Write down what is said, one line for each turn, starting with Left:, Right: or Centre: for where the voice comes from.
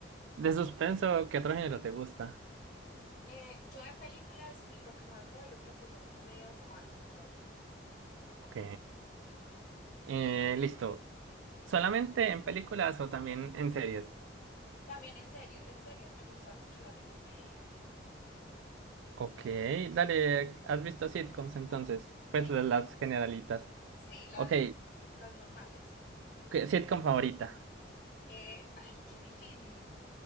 Right: de suspenso, ¿qué otro género te gusta?
Left: Eh, yo de películas, lo que más veo, yo creo que son comedias románticas.
Right: Ok, eh, listo. ¿Solamente en películas o también en series?
Left: También en series, en series me gustan mucho las de comedia.
Right: Ok, dale, ¿has visto sitcoms entonces?
Left: Sí,
Right: Pues de las generalitas.
Left: sí, las,
Right: Ok,
Left: las normales.
Right: ¿qué- sitcom favorita?
Left: Eh, ay, qué difícil.